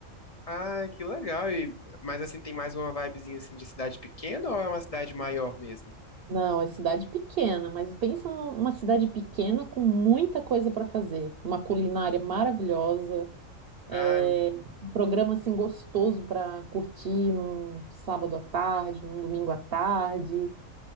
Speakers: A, on the left; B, on the right.
A: Ah, que legal. E, mas, assim, tem mais uma vibezinha, assim, de cidade pequena ou é uma cidade maior mesmo?
B: Não, é cidade pequena, mas pensa numa cidade pequena com muita coisa para fazer. Uma culinária maravilhosa, é,
A: Ah.
B: um programa assim gostoso para curtir num sábado à tarde, num domingo à tarde.